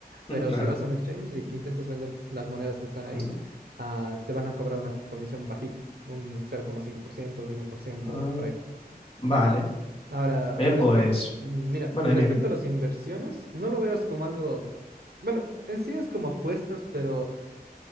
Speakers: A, on the right (about 75°); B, on the left (about 35°).
A: pero
B: <laughs> Claro.
A: si vas a un exchange y que intentas vender las monedas que están ahí,
B: Ujú.
A: ah, te van a cobrar una comisión bajita, un 0,5%, un uno por ciento
B: Ah,
A: por ahí.
B: vale.
A: Ahora,
B: Oye,
A: respecto,
B: pues,
A: mira,
B: bueno,
A: respecto
B: dime, dime.
A: a las inversiones, no lo veas como algo, bueno, en sí es como apuestas, pero...